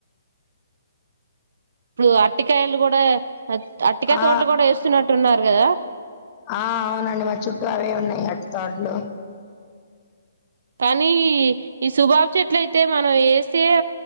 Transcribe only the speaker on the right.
<inaudible> ఇప్పుడు అరటికాయలు కూడా అటికాయ
తోటలు కూడా వేస్తున్నట్టున్నారు కదా
కానీ ఈ సుబాబ చెట్ల అయితే మనం ఏసే